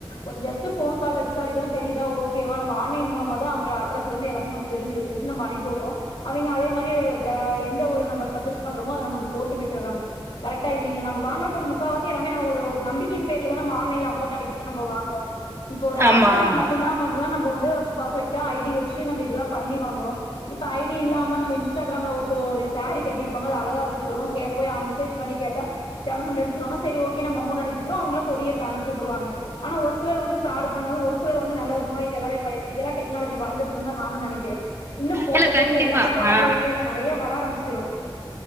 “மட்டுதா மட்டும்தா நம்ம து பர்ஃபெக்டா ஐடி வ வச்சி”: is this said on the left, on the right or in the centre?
Left